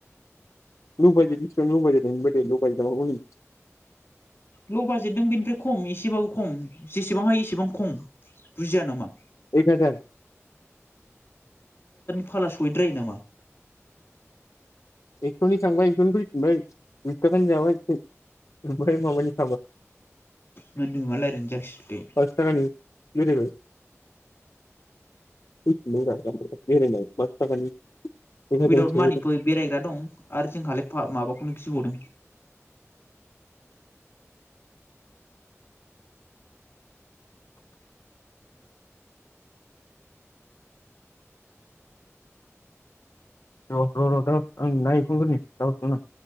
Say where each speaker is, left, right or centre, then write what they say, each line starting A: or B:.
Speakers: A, on the left; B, on the left.
A: <unintelligible> <unintelligible>
B: ल' बाजेटजों बेनिफ्राय खम एसेबाबो खम जेसेबां हायो एसेबां खम बुजिया नामा
A: एक हाजार
B: फाग्ला सहैद्रायो नामा
A: एकस'नि थांबाय एकस'नि फैफिनबाय दुइ थाखानि जाबाय <unintelligible>
B: मा नोमा लायरायनाय जाखोसै बेलाय
A: पास <unintelligible> बेखायनो
B: उइदाउट
A: सोंहैदों
B: मानिबो बेरायग्रा दं। आरो जोंहालाय फा माबाखौनो गिबावदों।
A: र' र' र' दा आं ना एवफ्रामग्रोनि दा हरगोन आं